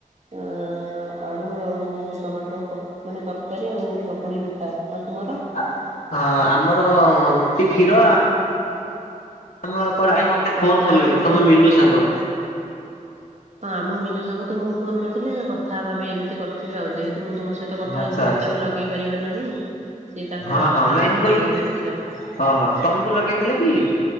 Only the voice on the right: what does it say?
ଏଁ ଆଳୁ ଆଉ ଟମାଟର କ ମାନେ ତରକାରୀ ଆଉ ଚକୁଳି ପିଠା। ଆଉ ତୁମର?
ଆଚ୍ଛା
ଆଉ ତୁମର
ହଁ ଆମ ମିଲୁ ସାଙ୍ଗ ତୁମକୁ ଫୋନ କରିଥିଲେ କଥା ହବା ପାଇଁ ଏମିତି କରିଥିବେ ଆଉ ଯେହେତୁ ମୁଁ ତମ ସ ସହିତ କଥା
ହଉଚି ତୁମେ
ତ ଏବେ ଲଗେଇ ପାରିବ ନାହିଁ ସିଏ ତାଙ୍କର
କଥା
ହେବା
ପାଇଁ
ଲଗେଇଥିବ ବୁଝିଲ।